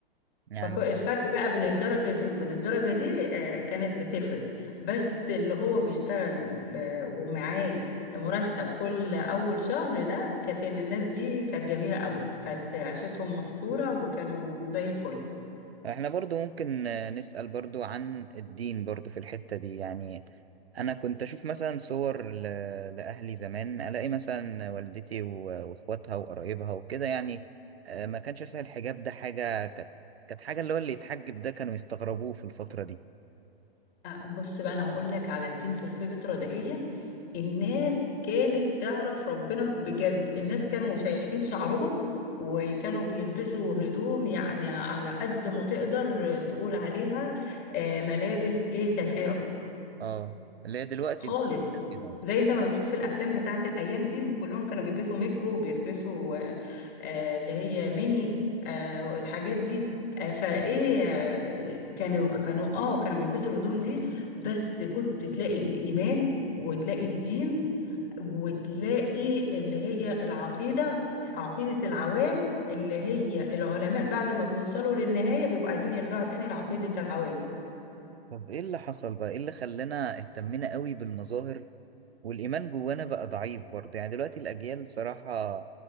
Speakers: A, on the right (about 85°); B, on the left (about 30°).
A: يعني
B: فالفرق بقى بين الدرجة دي وبين الدرجة دي آه، كانت بتفرق بس اللي هو بيشتغل آه، ومعاه مرتب كل أول شهر ده كانت الناس دي كانت جميلة أوي كانت عيشتهم مستورة وكانوا زي الفل
A: احنا برضو ممكن آه، نسأل برضو عن الدين برضو في الحتة دي يعني انا كنت اشوف مثلا صور ل... لاهلي زمان الاقي مثلا والدتي و... واخواتها وقرايبها وكده يعني آه، ما كانش مثلا الحجاب ده حاجة كانت كانت حاجة اللي هو اللي يتحجب ده كانوا يستغربوه في الفترة دي
B: آه، بص بقى انا هقول لك على الدين في الفتره دهيت الناس كانت تعرف ربنا بجد الناس كانوا شايلين شعرهم وكانوا بيلبسوا هدوم يعني على قد ما تقدر تقول عليها آه، ملابس ايه سافره
A: اه اللي هي دلوقتي
B: خالص
A: نقول كده يعني.
B: زي انت ما بتشوف في الافلام بتاعت الايام دي كلهم كانوا بيلبسوا ميكرو بيلبسوا آه، آه، اللي هي ميني آه، والحاجات دي آه، فايه آه، كانوا كانوا اه كانوا بيلبسوا الهدوم دي بس كنت تلاقي الايمان وتلاقي الدين وتلاقي اللي هي العقيده عقيده العوام اللي هي العلماء بعد ما بيوصلوا للنهايه بيبقوا عايزين يرجعوا تاني لعقيده العوام
A: طب ايه اللي حصل بقى ايه اللي خلانا اهتمينا قوي بالمظاهر والإيمان جوانا بقى ضعيف برضه يعني دلوقتي الأجيال صراحة